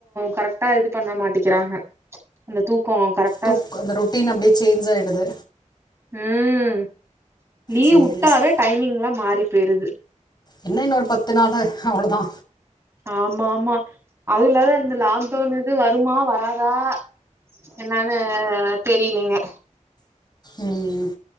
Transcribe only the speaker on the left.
தூக் அந்த ரொட்டீன் அப்டியே சேஞ்சாயிடுது
சரி சரி.
என்ன இன்னு ஒரு பத்து நாள் தா அவ்வளோதா
ம்